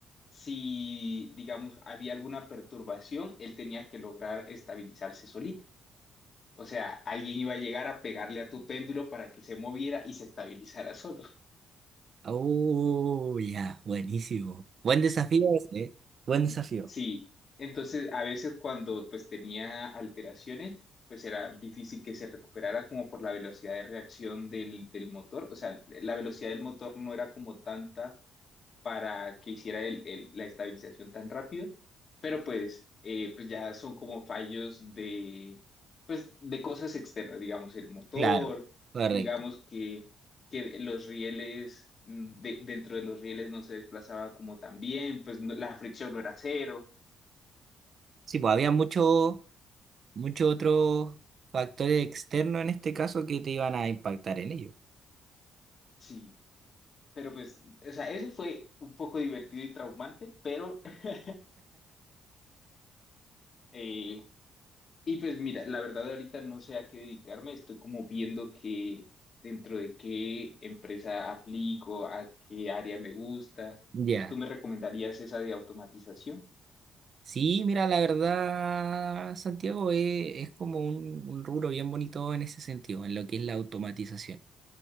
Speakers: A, on the left (about 45°); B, on the right (about 50°).
A: si, digamos, había alguna perturbación, él tenía que lograr estabilizarse solito. O sea, alguien iba a llegar a pegarle a tu péndulo para que se moviera y se estabilizara solo.
B: Oh, ya, buenísimo. Buen desafío ese, ¿eh? Buen desafío.
A: Sí, entonces a veces cuando pues tenía alteraciones, pues era difícil que se recuperara como por la velocidad de reacción del, del motor, o sea, la velocidad del motor no era como tanta para que hiciera el- el- la estabilización tan rápido, pero pues, eh, pues ya son como fallos de, pues, de cosas externas, digamos, el motor,
B: Claro, correcto.
A: digamos que, que los rieles, mm, de- dentro de los rieles no se desplazaba como tan bien, pues no- la fricción no era cero.
B: Sí, pues había muchos muchos otros factores externos en este caso que te iban a impactar en ello.
A: Sí, pero pues, o sea, eso fue un poco divertido y traumante, pero, <laughs> eh, y pues mira, la verdad ahorita no sé a qué dedicarme, estoy como viendo que dentro de qué empresa aplico, a qué área me gusta.
B: Ya.
A: ¿Tú me recomendarías esa de automatización?
B: Sí, mira, la verdad, Santiago, eh, es, como un, un rubro bien bonito en ese sentido, en lo que es la automatización.